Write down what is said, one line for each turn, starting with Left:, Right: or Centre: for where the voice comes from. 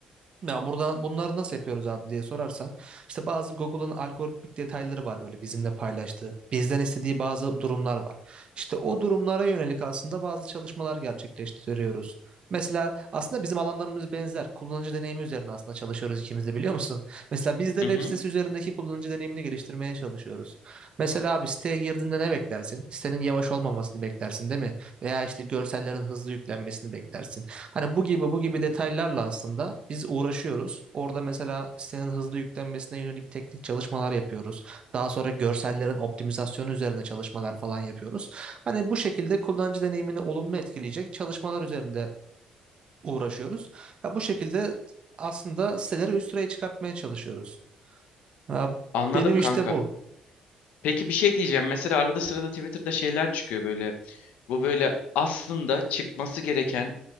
Right: Ya burada bunları nasıl yapıyoruz abi diye sorarsan işte bazı Google'ın algoritmik detayları var böyle bizimle paylaştığı. Bizden istediği bazı durumlar var. İşte o durumlara yönelik aslında bazı çalışmalar gerçekleştiriyoruz. Mesela aslında bizim alanlarımız benzer. Kullanıcı deneyimi üzerine aslında çalışıyoruz ikimiz de biliyor musun? Mesela biz de web
Left: Hı hı.
Right: sitesi üzerindeki kullanıcı deneyimini geliştirmeye çalışıyoruz. Mesela abi siteye girdiğinde ne beklersin? Sitenin yavaş olmamasını beklersin değil mi? Veya işte görsellerin hızlı yüklenmesini beklersin. Hani bu gibi bu gibi detaylarla aslında biz uğraşıyoruz. Orada mesela sitenin hızlı yüklenmesine yönelik teknik çalışmalar yapıyoruz. Daha sonra görsellerin optimizasyonu üzerine çalışmalar falan yapıyoruz. Hani bu şekilde kullanıcı deneyimini olumlu etkileyecek çalışmalar üzerinde uğraşıyoruz. Ya bu şekilde aslında siteleri üst sıraya çıkartmaya çalışıyoruz. Ya
Left: Anladım
Right: benim işte
Left: kanka.
Right: bu.
Left: Peki bir şey diyeceğim. Mesela arada sırada Twitter'da şeyler çıkıyor böyle. Bu böyle aslında çıkması gereken